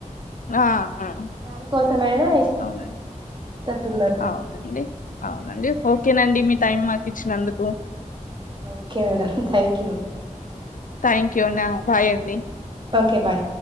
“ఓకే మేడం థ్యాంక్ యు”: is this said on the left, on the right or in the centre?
Right